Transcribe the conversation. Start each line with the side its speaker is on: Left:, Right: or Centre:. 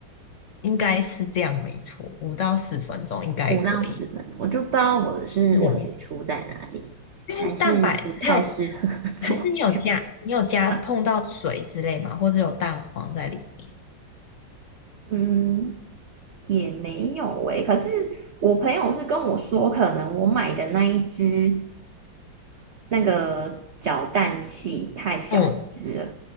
Left: 应该是这样，没错，五到十分钟应该可以
Right: 五到十分钟，我就不知道我是问题出在哪里，
Left: 嗯，哦因为蛋白只有，
Right: 还是不太适合 <laughs> 做这样
Left: 还是你有加，你有加碰到水之类吗？
Right: 啊
Left: 或者有蛋黄在里面？
Right: <laughs> 嗯，也没有诶、可是我朋友是跟我说，可能我买的那一只那个搅蛋器太小只了。
Left: 嗯，